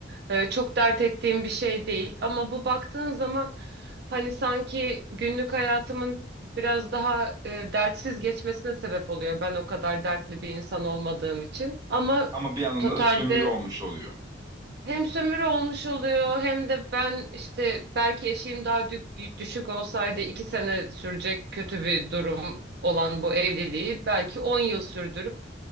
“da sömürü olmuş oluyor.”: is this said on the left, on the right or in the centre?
Right